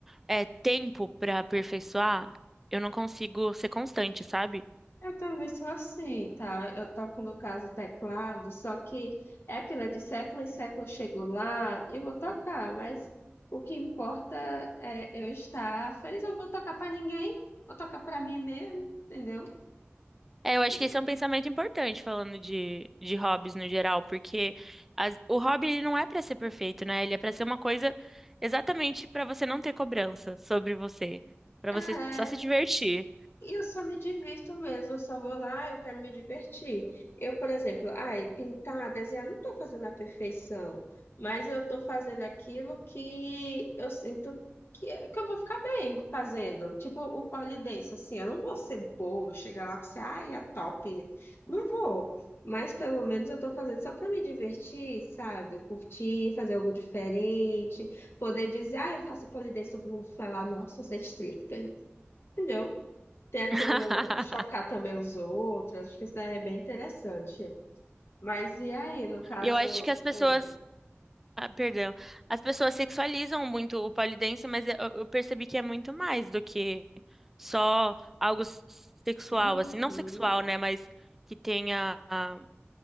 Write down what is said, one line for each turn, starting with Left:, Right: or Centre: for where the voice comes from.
Centre: é, tempo pra aperfeiçoar, eu não consigo ser constante, sabe?
Left: Eu também sou assim, tá? Eu toco, no caso, teclado, só que é aquilo é de século em século eu chego lá e vou tocar, mas o que importa é eu estar feliz. Eu não vou tocar pra ninguém, vou tocar pra mim mesmo, entendeu?
Centre: É, eu acho
Left: E,
Centre: que esse é um pensamento importante falando de, de hobbies no geral, porque as- o hobby ele não é pra ser perfeito, né? Ele é pra ser uma coisa exatamente pra você não ter cobrança sobre você, Pra
Left: é,
Centre: você só se divertir.
Left: E eu só me divirto mesmo, eu só vou lá, eu quero me divertir. Eu, por exemplo, ai, pintar, desenhar, não estou fazendo a perfeição, mas eu estou fazendo aquilo que eu sinto que, que eu vou ficar bem fazendo. Tipo o pole dance, assim, eu não vou ser boa, chegar lá e ser, ai, é top. Não vou. Mas pelo menos eu estou fazendo só para me divertir, sabe? Curtir, fazer algo diferente, poder dizer, ah eu faço pole dance, todo mundo falar, nossa, você é stripper. Entendeu? Tem aquilo
Centre: <laughs>
Left: chocar também os outros, acho que isso daí é bem interessante. Mas e aí, no caso.
Centre: E eu acho que as pessoas
Left: Oi.
Centre: Ah, perdão. As pessoas sexualizam muito o pole dance, mas eu, eu percebi que é muito mais do que só algo s- sexual,
Left: Uhum.
Centre: assim, não sexual, né, mas que tenha, ah,